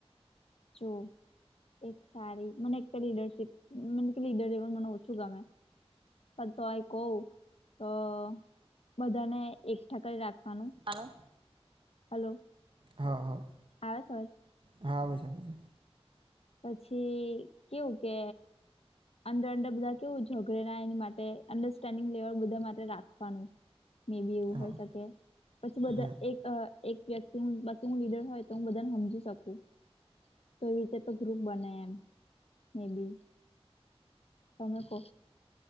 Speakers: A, on the left; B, on the right.
A: જો. એક સારી મને એક તો લીડરશીપ મ કે લીડર જેવ મને ઓછું ગમે પણ તો અ કહ તો બધાને એકસ્ટઠા કરી રાખવાનું.
B: હલો.
A: હલો.
B: હા હા
A: આવે છે અવાજ
B: હા આવે છે છે
A: પછી કેવું કે અંદર અંદર બધા કેવું ઝઘડે ના એની માટે અંડરસ્ટેન્ડિંગ લેવલ બધા માટે રાખવાનું. મે બી એવું
B: છે
A: હોય
B: હા
A: શકે પછી બધા
B: હમ
A: એક એક વ્યક્તિ બાકી લીડર હોય તો હું બધાને સમજી શકું તો એવી રીતે તો ગ્રુપ બને એમ મે બી તમે કહો